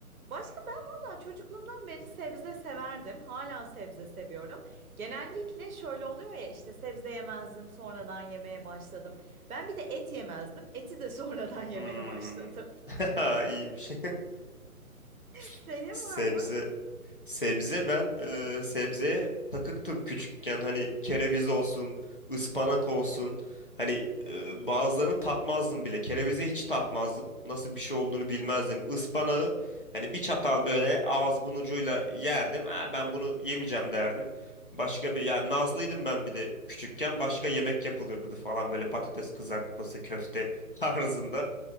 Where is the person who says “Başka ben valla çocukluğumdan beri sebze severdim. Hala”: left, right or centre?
Right